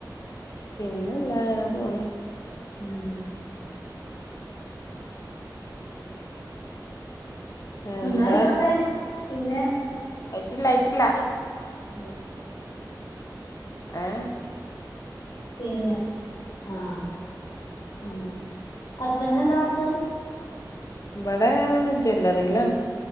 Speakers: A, on the left (about 45°); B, on the left (about 70°).
A: പിന്നെ എന്താ അങ്ങനെ പോണ്
B: ഉം
A: എന്താ
B: ന്നയിക്കോട്ടെ പിന്നെ
A: അയിറ്റില്ല അയിറ്റില്ല
B: അല്ലേ
A: ഏഹ്
B: പിന്നെ ആഹ്
A: ഉം
B: ഹസ്ബൻഡിന് എന്താ വർക്ക്
A: ഇവടെ ജ്വല്ലറിലാണ്.